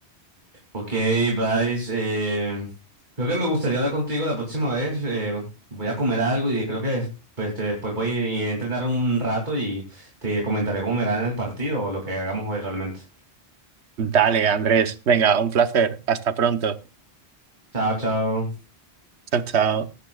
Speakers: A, on the right (about 45°); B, on the right (about 80°).
A: Ok, Bryce, eh, creo que me gustaría hablar contigo la próxima vez. eh, voy a comer algo y creo que des- pues, te- después voy a entrenar un rato y te comentaré cómo me irá en el partido o lo que hagamos hoy realmente.
B: Dale, Andrés. Venga, un placer. Hasta pronto.
A: Chao, chao.
B: Chao, chao.